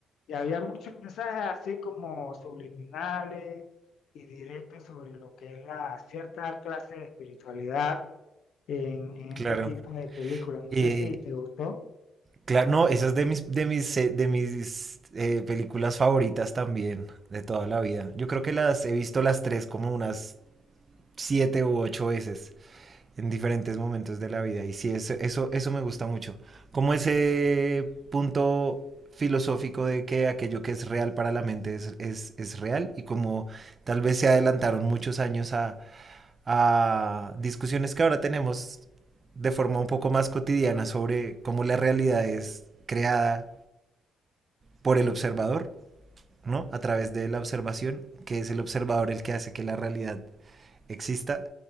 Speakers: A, on the left; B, on the right.
A: y había muchos mensajes así como subliminales y directos sobre lo que es la cierta clase de espiritualidad en, en
B: claro.
A: este tipo de películas. No
B: Y,
A: sé si te gustó.
B: Claro, no, esa es de mis, de mis, eh, de mis eh, películas favoritas también, de toda la vida. Yo creo que las he visto las tres como unas siete u ocho veces en diferentes momentos de la vida. Y sí, eso, eso, eso me gusta mucho. Como ese punto filosófico de que aquello que es real para la mente es, es, es real y como tal vez se adelantaron muchos años a, a discusiones que ahora tenemos de forma un poco más cotidiana sobre cómo la realidad es creada por el observador, ¿no? A través de la observación, que es el observador el que hace que la realidad exista.